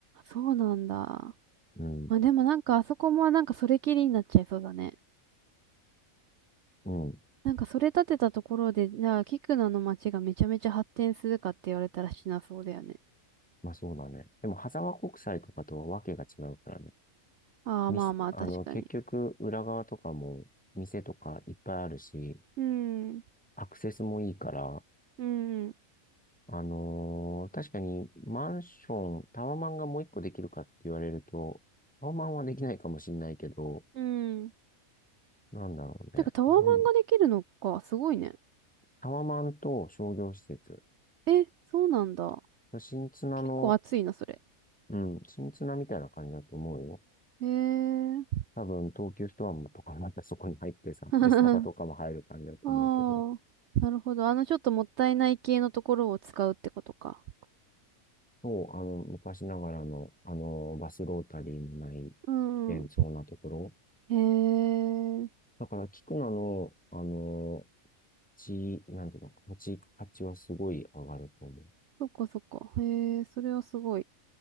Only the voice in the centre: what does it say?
うん、
うん。
まあそうだね。でも、羽沢国際とかとはわけが違うからね。
み、
あの、
結局、裏側とかも、店とかいっぱいあるし、
アクセスもいいから、
あのー確かにマンション、タワマンがもう一個できるかって言われると、タワマンはできないかもしれないけど、
なんだろうね。
どん、
タワマンと商業施設。
新綱の、
うん、新綱みたいな感じだと思うよ。
多分、東急ストアもとかまたそこに入ってさ、
で、スタバとかも入る感じだと思うけど、
そう、あの、昔ながらの、あの、バスロータリーのない
危険そうなところ。
だから、聞くなの、あの地、なんていうの、土地価値はすごい上がると思う。